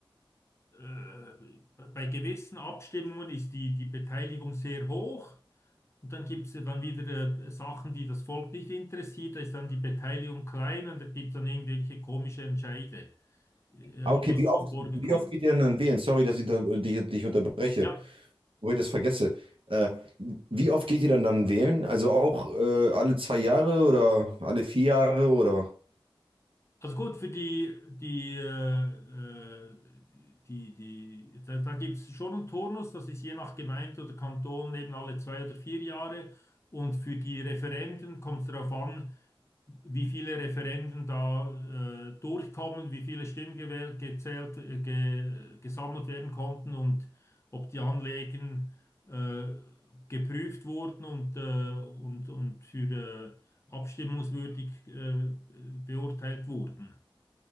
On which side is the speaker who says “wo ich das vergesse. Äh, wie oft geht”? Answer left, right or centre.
Right